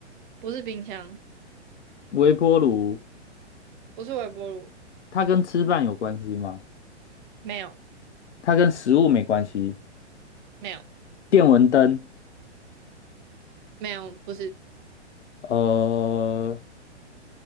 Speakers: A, on the right; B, on the left.
A: 不是冰箱，
B: 微波炉，
A: 不是微波炉，
B: 它跟吃饭有关系吗？
A: 没有
B: 它跟食物没关系。
A: 没有
B: 电蚊灯。
A: 没有，不是。
B: 呃，